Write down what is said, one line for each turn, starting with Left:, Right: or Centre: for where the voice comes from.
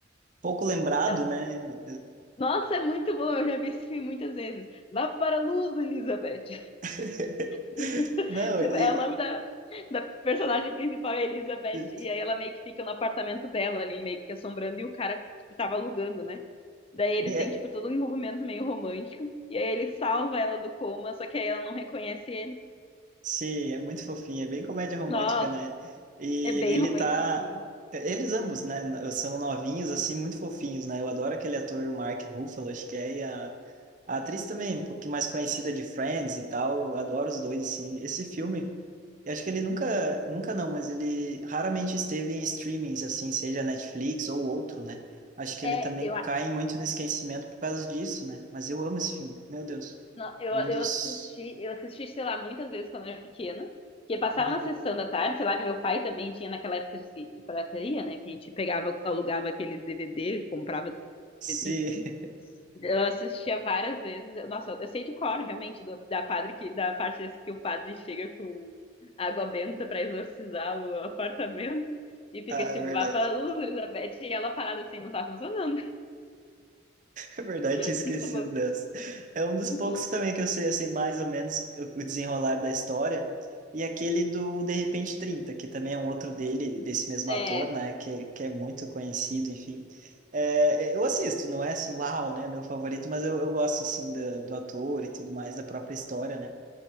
Right: pouco lembrado,
Left: ela-
Right: né?
Left: Nossa, é muito bom, eu já vi esse filme muitas vezes. Vá para a luz, Elizabeth.
Right: <laughs>
Left: <laughs>
Right: Não,
Left: Tipo,
Right: e,
Left: É o nome da, da personagem principal, é Elizabeth,
Right: e-
Left: e aí ela meio que fica no apartamento dela ali, meio que assombrando, e o cara, tipo, tava alugando, né? Daí ele
Right: é,
Left: tem tipo, todo um envolvimento meio romântico. E aí ele salva ela do coma, só que aí ela não reconhece ele.
Right: Sim, é muito fofinho, é bem comédia romântica,
Left: Nossa,
Right: né? E
Left: é bem
Right: ele
Left: romantiquinho.
Right: tá. Eles ambos, né? São novinhos, assim, muito fofinhos, né? Eu adoro aquele ator, o Mark Ruffalo, acho que é, e a, a atriz também, um pouquinho mais conhecida de Friends e tal. eu Adoro os dois, assim. Esse filme, eu acho que ele nunca, nunca não, mas ele raramente esteve em streamings, assim, seja Netflix ou outro, né? Acho que
Left: É,
Right: ele também
Left: eu, a-
Right: cai muito no esquecimento por causa disso, né? Mas eu amo esse filme, meu Deus.
Left: não, eu,
Right: É
Left: eu
Right: um dos.
Left: assisti, eu assisti, sei lá, muitas vezes quando eu era pequena. Porque passava
Right: Uhum.
Left: na sessão da tarde, sei lá, meu pai também tinha naquela época de, de pirataria, né? Que a gente pegava, alugava aqueles DVD, comprava DVD,
Right: Sim.
Left: enfim. Eu assistia várias vezes. Eu- nossa, eu sei de cor, realmente, do- da padre que, da parte desse que o padre chega com água benta pra exorcizar o apartamento e fica
Right: Ah,
Left: tipo,
Right: é verdade.
Left: vá para a luz,
Right: <laughs>
Left: Elizabeth, e ela parada assim, não tá funcionando.
Right: É verdade,
Left: <laughs>
Right: tinha esquecido
Left: Muito bom,
Right: dessa. É um dos
Left: muito
Right: poucos
Left: bom.
Right: também que eu sei, assim, mais ou menos o desenrolar da história. E aquele do De Repente trinta que também é um outro dele, desse mesmo
Left: É.
Right: ator, né? Que, é- que é muito conhecido, enfim. É, é, eu assisto, não é assim, uau, né? Meu favorito, mas eu, eu gosto, assim, do, do ator e tudo mais, da própria história, né?